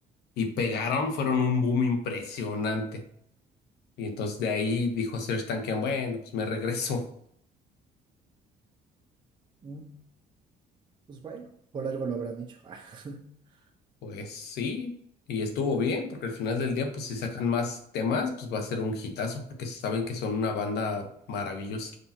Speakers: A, on the left; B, on the right.
A: y pegaron, fueron un boom impresionante. Y entonces de ahí dijo Serj Tankian, bueno, pues me regreso. <laughs>
B: Mm, Pues bueno, por algo lo habrán hecho. <laughs>
A: Pues sí. Y estuvo bien, porque al final del día, pues si sacan más temas, pues va a ser un hitazo, porque saben que son una banda maravillosa.